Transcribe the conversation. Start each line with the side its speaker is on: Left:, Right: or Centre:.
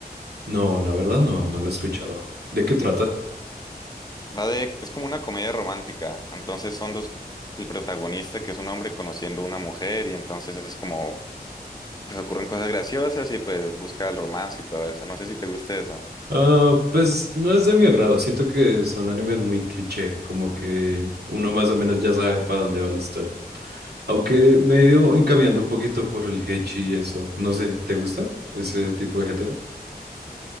Right: No, la verdad no, no lo he escuchado. ¿De qué trata?
Left: Va de, es como una comedia romántica, entonces son dos, el protagonista que es un hombre conociendo a una mujer y entonces es como, pues ocurren cosas graciosas y pues busca el romance y todo eso, no sé si te gusta eso.
Right: Ah, pues no es de mi agrado. Siento que son animes muy cliché, como que uno más o menos ya sabe para dónde va la historia. Aunque me he ido encaminando un poquito por el hechi y eso. No sé, ¿te gusta ese tipo de género?